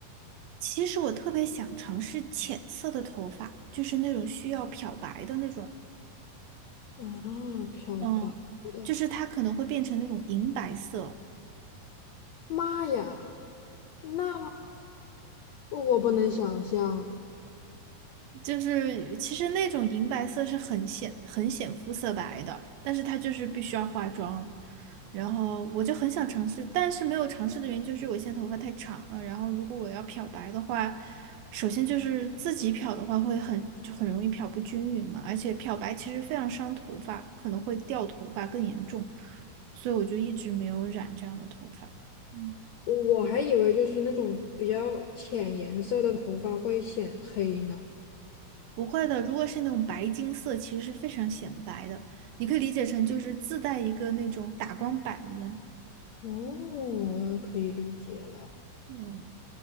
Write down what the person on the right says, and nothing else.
其实我特别想尝试浅色的头发，就是那种需要漂白的那种，
嗯，就是它可能会变成那种银白色，
就是其实那种银白色是很显很显肤色白的，但是它就是必须要化妆。然后我就很想尝试，但是没有尝试的原因就是我现在头发太长了。然后如果我要漂白的话，首先就是自己漂的话会很就很容易漂不均匀嘛，而且漂白其实非常伤头发，可能会掉头发更严重，所以我就一直没有染这样的头发。嗯。
不会的，如果是那种白金色，其实是非常显白的，你可以理解成就是自带一个那种打光板一样。
嗯，